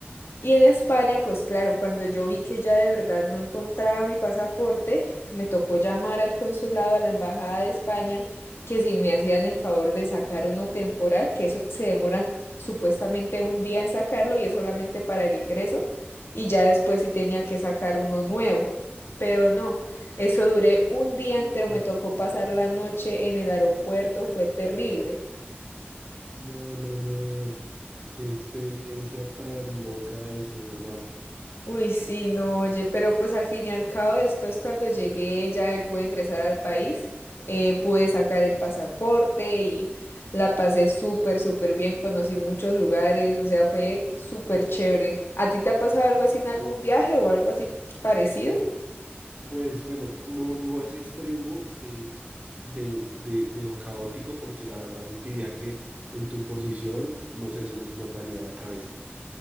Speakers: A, on the left; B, on the right.
A: Y en España, pues claro, cuando yo vi que ya de verdad no encontraba mi pasaporte, me tocó llamar al consulado, a la embajada de España, que si me hacían el favor de sacar uno temporal, que eso se demoran supuestamente un día en sacarlo y es solamente para el ingreso, y ya después sí tenía que sacar uno nuevo. Pero no, eso duré un día
B: no,
A: entero, me tocó pasar la noche en el aeropuerto, fue terrible.
B: no, no, no, no, no, qué experiencia tan loca eso, ¿verdad?
A: Uy, sí, no, oye, pero pues al fin y al cabo, después cuando llegué ya y pude ingresar al país, eh, pude sacar el pasaporte y la pasé súper, súper bien, conocí muchos lugares, o sea, fue súper chévere. ¿A ti te ha pasado algo así en algún viaje o algo así parecido?
B: Pues bueno, no, no es extremo eh, de, de, de lo caótico, porque la verdad sentiría que en tu posición, no sé, se me explotaría la cabeza,